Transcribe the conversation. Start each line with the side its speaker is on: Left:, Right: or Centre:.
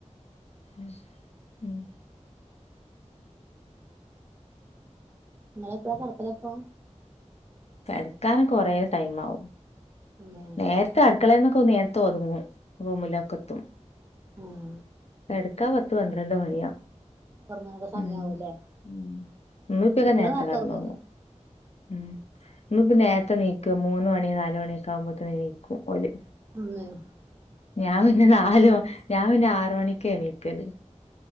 Left: ഉം
Right: നിങ്ങളെപ്പളാ കടക്കലപ്പൊ
Left: കെട്ക്കാനൊക്കെ കൊറേ ടൈം ആവും
Right: ഏ
Left: നേര്ത്തെ അട്ക്കളേന്നൊക് നേര്ത്തൊർങ്ങും റൂമിലൊക്കെ എത്തും
Right: ഉം
Left: കെട്ക്കാ പത്ത് പന്ത്രണ്ട് മണിയാ
Right: ഒറങ്ങാനൊക്കെ സമയാവൂല്ലേ
Left: ഉം ഉം ഇന്നിപ്പതാ
Right: കുട്ടികള്
Left: നേര്ത്ത
Right: നേരത്തെ
Left: കെട്ന്നൊർങ്ങും
Right: ഒറങ്ങൂലേ
Left: ഉം ഇന്നിപ്പോ നേ ത്തെ നീക്കും മൂന്ന മണി നാല മണിയൊക്കെ ആവുമ്പോത്തിന് നീക്കും ഓല്
Right: <unintelligible>
Left: ഞാൻ പിന്നെ നാല് ഞാൻ പിന്നെ ആറ് മണിക്കാ എണീക്കല്